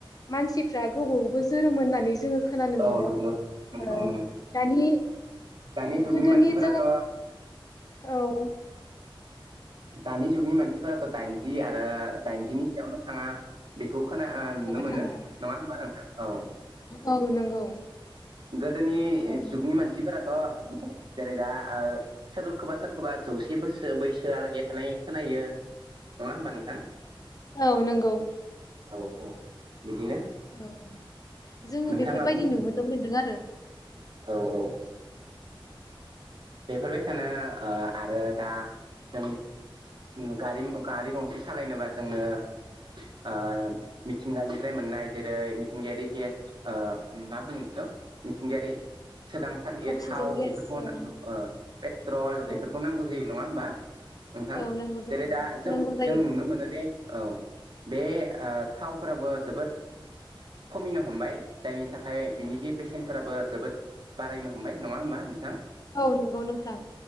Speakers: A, on the left (about 40°); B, on the right (about 60°).
A: मानसिफ्रा गोबावबो जोरोमोन होननानै जोंङो खोनानो
B: औ
A: मोन्दों।
B: नंगौ
A: ओ
B: नंगौ
A: दानि
B: दानि जुगनि
A: गोदोनिजों
B: मानसिफोराथ'
A: औ।
B: दानि जुगनि मानसिफोराथ' दाइनजि आरो दाइनजिनि सायावनो थांङा बे खौ खोना आ नुनो
A: थाङा
B: मोनो नंङा होमबा नोंथां? औ।
A: औ नंगौ।
B: गोदोनि
A: औ
B: जुगनि मानसिफोराथ'
A: <inaudible>
B: जेरै दा ओ सोबोखौबा सोरखौबा जौसे बोसोर बैसो आलागि थानाय खोनायो नङा हमबा नोंथां?
A: औ नंगौ।
B: औ औ बिदिनो
A: औ जोङो
B: नोंथाङा
A: बेफोरबायदि
B: मा बुंनो सानो?
A: नुबोदो मोनदों आरो
B: औ औ बेफोर सानो आ आरो दा जों उम गारिम गारि गंसे सालायनोबा जोंनो आ मिथिंगानिफ्राय मोननाय जेरै-मिथिंगायारि गेस आ मा बुङो बेखौ? मिथिंगायारि सोदांसालि
A: अक्सिजेन
B: थाव
A: गेस
B: बेफोरखौ
A: औ
B: नांगौ। आ पेट्रल
A: औ
B: बेफोरखौ नांगौ जायो नङा होमबा नोंथां
A: औ नांगौ जायो
B: जेरै- दा जों
A: नांगौ जायो
B: जों नुनो मोनोदे औ बे आ थावफोराबो जोबोद खमिनो हमबाय जायनि थाखाय बिनि बेसेनफोराबो जोबोद बारायनो हमबाय नङा होमबा नोंथां
A: औ नंगौ नोंथां।